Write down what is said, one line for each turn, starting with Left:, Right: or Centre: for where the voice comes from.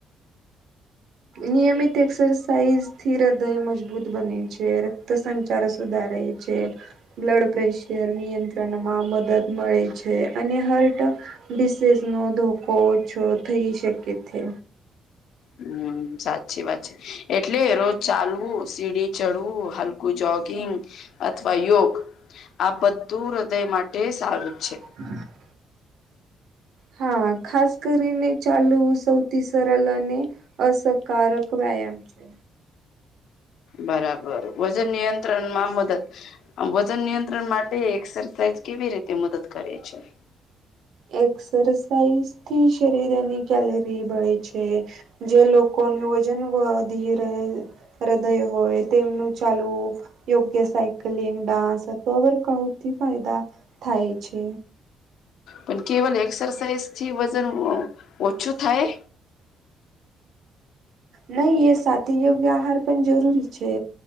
Right: નિયમિત એક્સરસાઇઝ થી હૃદય મજબૂત બને છે રક્ત સંચાર સુધારે બ્લડ પ્રેશર નિયંત્રણમાં મદદ મળે છે અને હટ ડિસીઝ નો ધોકો ઓછ થઈ શકે છે
Left: હમ સાચી વાત છે એટલે રોજ ચાલવું સીડી ચડવું હલકું જોગિંગ અથવા યોગ આ બધું હૃદય માટે સારું જ છે
Right: <inaudible> હા ખાસ કરીને ચાલુ સૌથી સરલ અને અકારક વ્યાયામ છે
Left: બરાબર વજન નિયંત્રણ માં મદદ વજન નિયંત્રણ માટે એક્સરસાઇઝ કેવી રીતે મદદ કરે છે
Right: એક્સરસાઇઝ થી શરીરાની કેલ રિબળ છે જે લોકોનું વજન ઉવા દી હૃદય હોય તેમનું ચાલવું યોગ્ય સાયકલિંગ ડાન્સ અથવા વર્કઆઉટથી ફાયદા થાય છે
Left: પણ કેવલ એક્સરસાઇઝથી વજન ઓછું થાય
Right: નહી એ સાથે યોગ્ય આહાર પણ જરૂરી છે